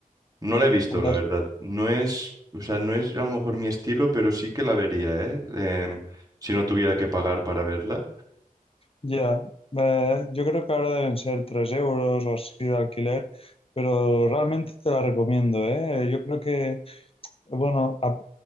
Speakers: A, on the right; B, on the left.
A: No la he visto, la
B: Las-
A: verdad. No es, o sea, no es a lo mejor mi estilo, pero sí que la vería, ¿eh? Em, si no tuviera que pagar para verla.
B: Ya, Eh, yo creo que ahora deben ser 3 euros o así de alquiler, pero realmente te la recomiendo, ¿eh? Yo creo que Bueno, a-